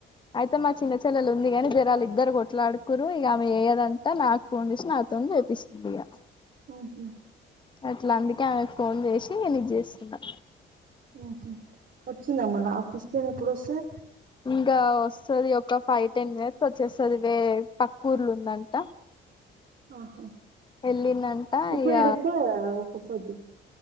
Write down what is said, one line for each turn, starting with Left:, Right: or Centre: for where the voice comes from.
Left: అయితే మా చిన్న చెల్లలు ఉంది కానీ జర వాళ్ళ ఇద్దరు కొట్లాడుకురు ఇగ ఆమె ఎయ్యదంతా నాకు ఫోన్ చేసి నాతో తెపిస్తుంది ఇగా
Right: ఉహు
Left: అట్లా అందుకే ఆమెకు ఫోన్ చేసి నీను చేస్తున్నా
Right: ఉహు వచ్చిందా మొన్న ఆఫీస్కే ఎప్పుడు వస్తది
Left: ఇంకా వస్తది ఒక ఫైవ్ టెన్ మినిట్స్ వచ్చేస్తుంది వే పక్క ఊర్ల ఉందంట
Right: ఆహా
Left: వెళ్ళిందంట
Right: ఇప్పుడు
Left: ఇక
Right: ఇడుస్తాదీ కదా ఒకపోద్దు